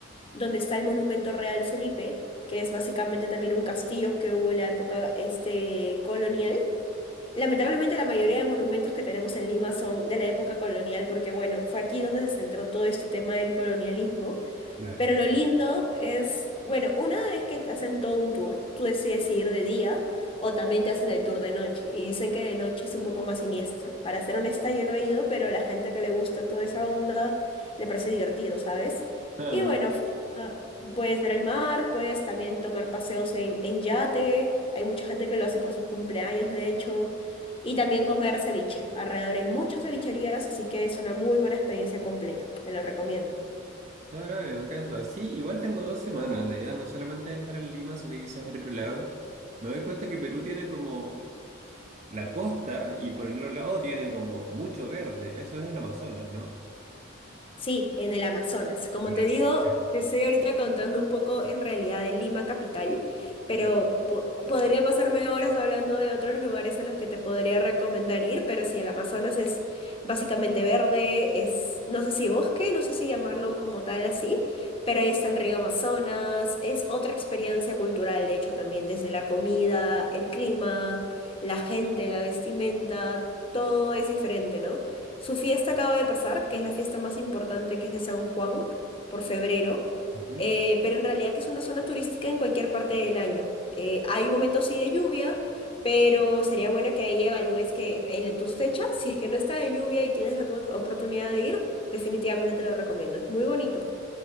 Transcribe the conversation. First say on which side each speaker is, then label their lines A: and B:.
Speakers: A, on the left; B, on the right.
A: donde está el Monumento Real Felipe, que es básicamente también un castillo que hubo en la época este, colonial. Lamentablemente la mayoría de monumentos que tenemos en Lima son de la época colonial, porque bueno, fue aquí donde se centró todo este tema del colonialismo.
B: Claro.
A: Pero lo lindo es, bueno, una es que te hacen todo un tour, tú decides si ir de día o también te hacen el tour de noche y dicen que de noche es un poco más siniestro. Para ser honesta, yo no he ido, pero la gente que le gusta toda esa onda le parece divertido, ¿sabes?
B: Ah,
A: Y bueno, fu- ah, puedes ver el mar, puedes también tomar paseos en, en yate, hay mucha gente que lo hace por sus cumpleaños, de hecho, y también comer ceviche. Alrededor hay muchas cevicherías, así que es una muy buena experiencia completa, te lo recomiendo.
B: No, bro, me encanta. Sí, igual tengo dos semanas. La idea no solamente es estar en Lima, sino quizás en otro lado. Me doy cuenta que Perú tiene como la costa y por el otro lado tiene como mucho verde. Eso es el Amazonas, ¿no?
A: Sí, en el Amazonas. Como
B: Las-
A: te digo, te estoy ahorita contando un poco en realidad de Lima capital,
B: Claro.
A: pero po- podría pasarme horas hablando de otros lugares a los que te podría recomendar ir, pero sí, el Amazonas es básicamente verde, es, no sé si bosque, no sé si llamarlo como tal así, pero ahí está el río Amazonas, es otra experiencia cultural, de hecho, también desde la comida, el clima, la gente, la vestimenta, todo es diferente, ¿no? Su fiesta acaba de pasar, que es la fiesta más importante que es de San Juan, por febrero,
B: Ujú.
A: eh, pero en realidad que es una zona turística en cualquier parte del año. Eh, hay momentos sí de lluvia, pero sería bueno que ahí evalúes que en la- tus fechas, si es que no está de lluvia y tienes la opor- oportunidad de ir, definitivamente te lo recomiendo. Es muy bonito.